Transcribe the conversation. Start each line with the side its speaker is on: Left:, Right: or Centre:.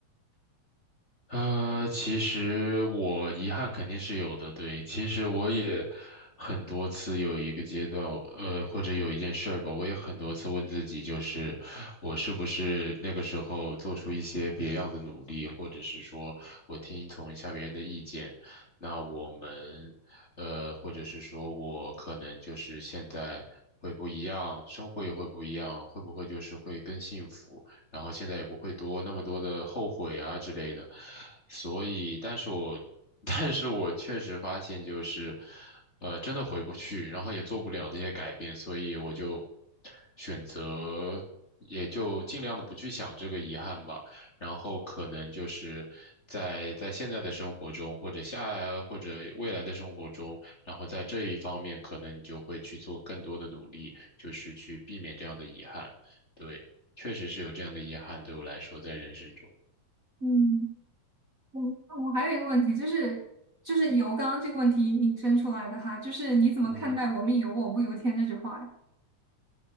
Left: 呃，其实我遗憾肯定是有的，对。其实我也很多次有一个阶段，呃，或者有一件事儿吧，我也很多次问自己，就是我是不是那个时候做出一些别样的努力，或者是说我听从一下别人的意见，那我们，呃，或者是说我可能就是现在会不一样，生活也会不一样，会不会就是会更幸福？然后现在也不会多那么多的后悔啊之类的。所以，但是我，<laughs> 但是我确实发现就是，呃，真的回不去，然后也做不了这些改变，所以我就选择，也就尽量的不去想这个遗憾吧。然后可能就是在在现在的生活中，或者下或者未来的生活中，然后在这一方面，可能你就会去做更多的努力，就是去避免这样的遗憾。对。确实是有这样的遗憾，对我来说，在人生中，
Right: 嗯我我还有一个问题，就是就是“由”刚刚这个问题引申出来的哈，就是你怎么看待“我命由我不由天”这句话呀？
Left: 嗯哼。